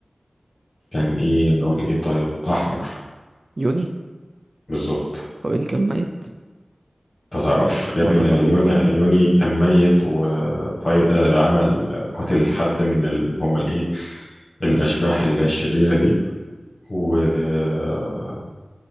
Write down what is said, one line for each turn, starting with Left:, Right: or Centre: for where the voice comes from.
Left: كان ايه نقول ايه طيب احمر
Right: يوني
Left: بالظبط
Right: هو يوني كان ميت
Left: انت تعرفش يا
Right: ما
Left: ابني
Right: ده
Left: يوني
Right: بقى ده
Left: يوني كان ميت وعمل قتل حد من ال... هما الايه الاشباح اللي هي الشريرة دي وخد